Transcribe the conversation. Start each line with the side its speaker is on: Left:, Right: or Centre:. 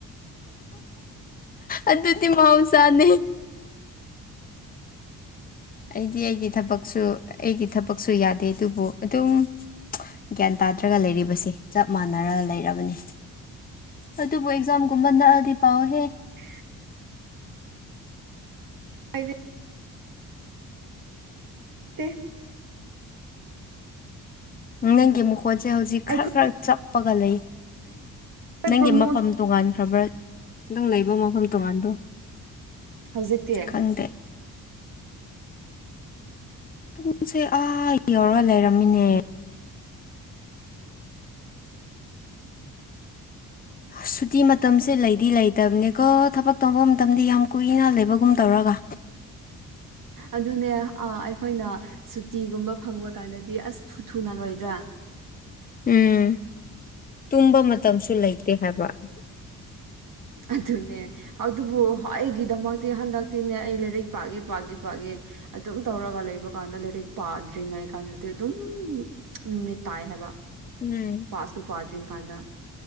Left: ꯑꯗꯨꯗꯤ ꯃꯍꯧꯁꯥꯅꯤ ꯑꯩꯗꯤ ꯑꯩꯒꯤ ꯊꯕꯛꯁꯨ ꯑꯩꯒꯤ ꯊꯕꯛꯁꯨ ꯌꯥꯗꯦ ꯑꯗꯨꯕꯨ ꯑꯗꯨꯝ ꯒ꯭ꯌꯥꯟ ꯇꯥꯗ꯭ꯔꯒ ꯂꯩꯔꯤꯕꯁꯤ ꯆꯞ ꯃꯥꯟꯅꯔꯒ ꯂꯩꯔꯕꯅꯤ ꯑꯗꯨꯕꯨ ꯑꯦꯛꯖꯥꯝꯒꯨꯝꯕ ꯅꯛꯑꯗꯤ ꯄꯥꯎꯍꯦ
Right: ꯎ ꯍꯥꯏꯥꯏꯗꯤ ꯇ
Left: ꯅꯪꯒꯤ ꯃꯈꯣꯟꯁꯦ ꯍꯧꯖꯤꯛ ꯈꯔ
Right: ꯑꯩꯈꯣꯏ
Left: ꯈꯔ ꯆꯞꯄꯒ ꯂꯩ ꯅꯪꯒꯤ
Right: ꯄ꯭ꯔꯣꯃꯣꯠ
Left: ꯃꯐꯝ ꯇꯣꯉꯥꯟꯈ꯭ꯔꯕ꯭ꯔꯥ ꯅꯪ ꯂꯩꯕ ꯃꯐꯝ ꯇꯣꯉꯥꯟꯕ꯭ꯔꯣ
Right: ꯍꯧꯖꯤꯛꯇꯤ
Left: ꯈꯪꯗꯦ ꯄꯨꯡꯁꯦ ꯑꯥ ꯌꯧꯔꯒ ꯂꯩꯔꯝꯃꯤꯅꯦ ꯍ ꯁꯨꯇꯤ ꯃꯇꯝꯁꯦ ꯂꯩꯗꯤ ꯂꯩꯇꯕꯅꯤꯀꯣ ꯊꯕꯛ ꯇꯧꯕ ꯃꯇꯝꯗꯤ ꯌꯥꯝ ꯀꯨꯏꯅ ꯂꯩꯕꯒꯨꯝ ꯇꯧꯔꯒ
Right: ꯑꯗꯨꯅꯦ ꯑꯩꯈꯣꯏꯅ ꯁꯨꯇꯤꯒꯨꯝꯕ ꯐꯪꯕ ꯀꯥꯟꯗꯗꯤ ꯑꯁ ꯊꯨ ꯊꯨꯅ ꯂꯣꯏꯗ꯭ꯔꯥ
Left: ꯎꯝ ꯇꯨꯝꯕ ꯃꯇꯝꯁꯨ ꯂꯩꯇꯦ ꯍꯥꯏꯕ
Right: ꯑꯗꯨꯅꯦ ꯑꯗꯨꯕꯨ ꯑꯩꯒꯤꯗꯃꯛꯇꯤ ꯍꯟꯗꯛꯇꯤꯅꯦ ꯑꯩ ꯂꯥꯏꯔꯤꯛ ꯄꯥꯒꯦ ꯄꯥꯒꯦ ꯄꯥꯒꯦ ꯑꯗꯨꯝ ꯇꯧꯔꯒ ꯂꯩꯕ ꯀꯥꯟꯗ ꯂꯥꯏꯔꯤꯛ ꯄꯥꯗ꯭ꯔꯤꯉꯩ ꯀꯥꯟꯗꯗꯤ ꯑꯗꯨꯝ ꯅꯨꯃꯤꯠ ꯇꯥꯏ ꯍꯥꯏꯕ
Left: ꯎꯝ
Right: ꯄꯇꯨ ꯄꯥꯗ꯭ꯔꯤ ꯀꯥꯟꯗ